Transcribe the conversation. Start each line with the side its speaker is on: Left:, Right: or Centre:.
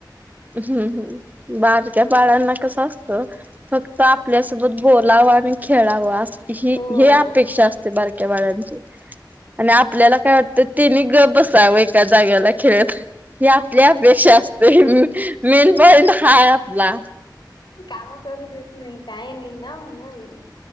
Right: हम्म बाारक्या बाळांना कसं असतं फक्त आपल्यासोबत बोलाव आणि खेळावं ह
Left: हो
Right: हे अपेक्षा असते बारक्या बाड्यांची आणि आपल्याला काय वाटतं तेनी गप बसावं एका जागेला खेळत ह आपल्या अपेक्षा असते मीन प हाय आपला
Left: काम करू देत नाही काही नाही ना म्हणून